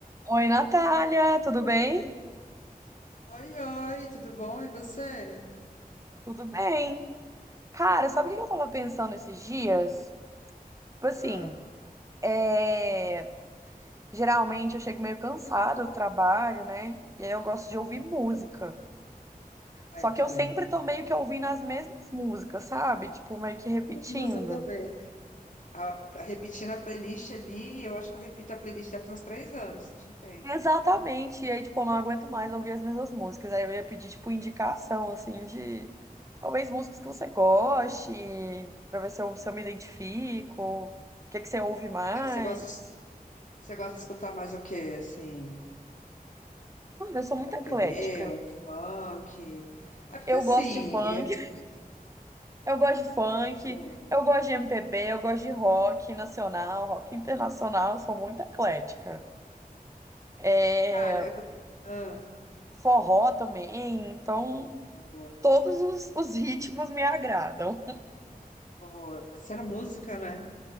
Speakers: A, on the right; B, on the left.
A: Oi, Natália, tudo bem?
B: Oi, oi, tudo bom? E você?
A: Tudo bem. Cara, sabe o que eu tava pensando esses dias? Tipo assim,
B: Ah,
A: é, geralmente eu chego meio cansada do trabalho, né? E aí eu gosto de ouvir música.
B: ah,
A: Só
B: eu também.
A: que eu sempre tô meio que ouvindo as mesmas músicas, sabe? Tipo, meio que repetindo.
B: Meu Deus, eu também. Ah, repetindo a playlist ali, eu acho que eu repito a playlist deve ter uns três anos, te entendo.
A: Exatamente. E aí, tipo, eu não aguento mais ouvir as mesmas músicas. Aí eu ia pedir, tipo, indicação, assim, de talvez músicas que você goste, pra ver se eu, se eu me identifico. O que que você ouve mais?
B: Mas Você gosta, você gosta de escutar mais o quê? Assim,
A: Mano, eu sou muito
B: um MPB,
A: eclética.
B: um funk? É porque
A: Eu
B: assim,
A: gosto de funk,
B: e eu-
A: <laughs> eu gosto de funk,
B: boa.
A: eu gosto de MPB, eu gosto de rock nacional, rock internacional, eu sou muito eclética. É,
B: cara, eu... Ah,
A: forró também, então
B: boa,
A: todos os, os ritmos me agradam.
B: boa. Sendo música, né?